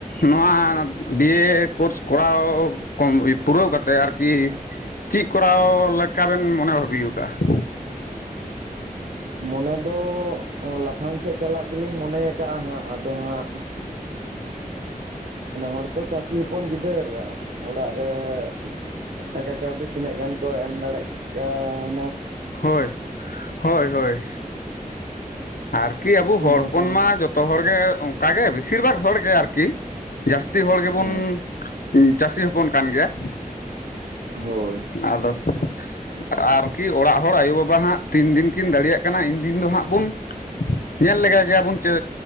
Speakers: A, on the left (about 75°); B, on the right (about 70°).
A: ᱱᱚᱣᱟ ᱵᱤᱭᱮ ᱠᱚᱨᱥ ᱠᱚᱨᱟᱣ ᱾ ᱠᱚᱢ ᱯᱩᱨᱟᱹᱣ ᱠᱟᱛᱮᱫ ᱟᱨᱠᱤ ᱪᱮᱫ ᱠᱚᱨᱟᱣ ᱞᱮᱠᱟ ᱵᱮᱱ ᱢᱚᱱᱮ ᱵᱷᱟᱹᱵᱤ ᱣᱠᱟᱼᱟ ᱾
B: ᱢᱚᱱᱮ ᱫᱚᱚ ᱞᱟᱯᱷᱟᱝ ᱥᱮᱫ ᱪᱟᱞᱟᱜ ᱜᱮᱞᱤᱧ ᱢᱚᱱᱮ ᱟᱠᱟᱜᱼᱟ ᱦᱟᱸᱜ ᱟᱫᱚ ᱦᱟᱸᱜ ᱦᱚᱲᱛᱚ ᱪᱟᱹᱥᱤ ᱦᱚᱯᱚᱱ ᱜᱤᱫᱽᱨ ᱚᱲᱟᱜ ᱨᱮ ᱾ ᱴᱟᱠᱟ ᱠᱟᱹᱣᱰᱤ ᱛᱤᱱᱟᱹᱜ ᱜᱟᱱ ᱠᱚ ᱮᱢ ᱫᱟᱲᱮᱜ ᱠᱟᱟ
A: ᱦᱳᱭ ᱦᱳᱭ ᱦᱳᱭ ᱟᱨᱠᱤ ᱟᱵᱚ ᱦᱚᱲ
B: ᱵᱟᱝᱠᱷᱟᱱ
A: ᱦᱚᱯᱚᱱ ᱢᱟ ᱡᱚ ᱛᱚ ᱦᱚᱲ ᱜᱮ ᱚᱱᱠᱟᱜᱮ ᱵᱮᱥᱤᱨ ᱵᱷᱟᱜ ᱦᱚᱲᱜᱮ ᱟᱨᱠᱤ ᱡᱟ. ᱥᱛᱤ ᱦᱚᱲ ᱜᱮᱵᱚᱱ
B: ᱦᱩᱸ
A: ᱪᱟᱹᱥᱤ ᱦᱚᱯᱚᱱ ᱠᱟᱱ ᱜᱮᱭᱟ
B: ᱦᱳᱭ
A: ᱟᱫᱚ ᱟᱨ ᱠᱤ ᱚᱲᱟᱜ ᱦᱚᱲ ᱟᱭᱳ ᱵᱟᱵᱟ ᱦᱟᱸᱜ ᱛᱤᱱ ᱫᱤᱱ ᱠᱤᱱ ᱫᱟᱲᱮᱭᱟᱜ ᱠᱟᱱᱟ ᱤᱱ ᱫᱤᱱ ᱫᱚ ᱦᱟᱸᱜ ᱵᱚᱱ ᱧᱮᱞ ᱞᱮᱜᱟᱭ ᱜᱮᱭᱟᱵᱚᱱ ᱪᱮ